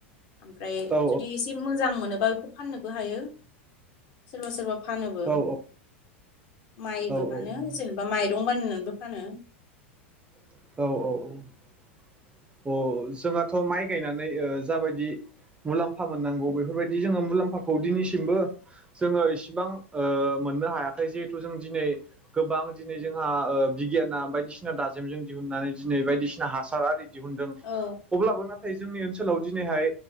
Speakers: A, on the left (about 55°); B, on the right (about 15°).
A: ओमफ्राय
B: औ
A: जुदि एसे मोजां मोनोबा फाननोबो हायो सोरबा सोरबा फानोबो
B: औ
A: माइबो
B: औ
A: फानो जेनेबा माइ दंबानो नोंबो फानो
B: औ औ अ जोंहाथ' माइ गायनानै ओ जाबायदि मुलाम्फा मोननांगौ बेफोरबायदि जोङो मुलाम्फाखौ दिनैसिमबो जोङो इसिबां ओ मोननो हायाखै जिहेथु जों दिनै गोबां दिनै जोंहा ओ बिगियाना बायदिसिना दाजेमजों दिहुननानै दिनै बायदिसिना हासार आरि दिहुनदों
A: औ
B: अब्लाबो ना थाय जोंनि ओनसोलाव दिनैहाय